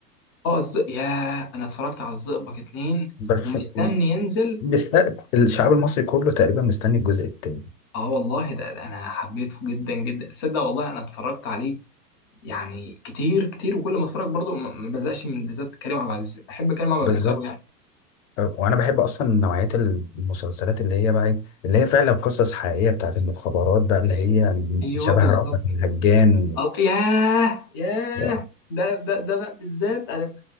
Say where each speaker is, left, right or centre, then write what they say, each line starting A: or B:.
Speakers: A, on the left (about 15°); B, on the left (about 55°).
A: اه الزئ ياه انا اتفرجت على الزئبق اتنين
B: بس
A: ومستني ينزل
B: بيستقبل الشعب المصري كله تقريبا مستني الجزء التاني
A: اه والله ده, ده انا حبيته جدا جدا تصدق والله انا اتفرجت عليه يعني كتير كتير وكل ما اتفرج برضه ما ما بزقش من بالذات كريم عبد العزيز بحب كريم عبد
B: بالظبط
A: العزيز قوي يعني
B: آه، وانا بحب اصلا نوعيه المسلسلات اللي هي بقى إيه، اللي هي فعلا قصص حقيقيه بتاعت المخابرات بقى اللي هي
A: ايوه
B: شبه
A: بالظبط
B: رأفت الهجان
A: اه ياه ياه
B: لا.
A: ده ده ده بقى بالذات انا